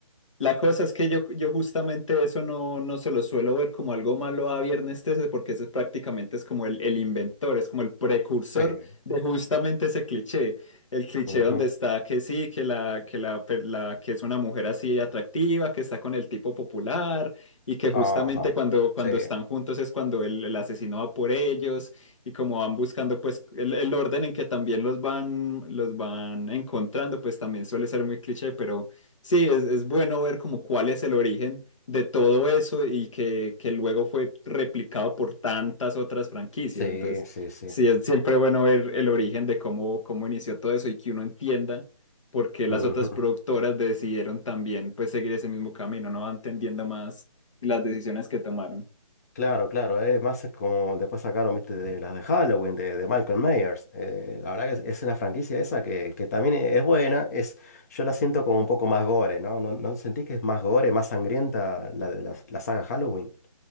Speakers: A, on the left; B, on the left.
A: La cosa es que yo, yo justamente eso no, no se lo suelo ver como algo malo a Viernes 13 porque ese prácticamente es como el, el inventor, es como el precursor
B: Sí.
A: de justamente ese cliché, el cliché
B: Ujú.
A: donde está que sí, que la, que la, per- la- que es una mujer así atractiva, que está con el tipo popular y que justamente
B: Ajá.
A: cuando, cuando
B: Sí,
A: están juntos es cuando el, el asesino va por ellos y como van buscando pues el, el orden en que también los van, los van encontrando pues también suele ser muy cliché, pero... Sí, es, es bueno ver como cuál es el origen de todo eso y que, que luego fue replicado por tantas otras franquicias.
B: sí,
A: Entonces,
B: sí, sí.
A: sí, es siempre bueno ver el origen de cómo, cómo inició todo eso y que uno entienda por qué las
B: Ujú.
A: otras productoras decidieron también pues seguir ese mismo camino, ¿no? Va entendiendo más las decisiones que tomaron.
B: Claro, claro, eh, más es como después sacaron, viste, de las de Halloween, de, de Michael Myers. eh, la verdad que es, es una franquicia esa que, que también es buena, es, yo la siento como un poco más gore, ¿no? ¿No, no sentís que es más gore, más sangrienta la de la, la saga Halloween?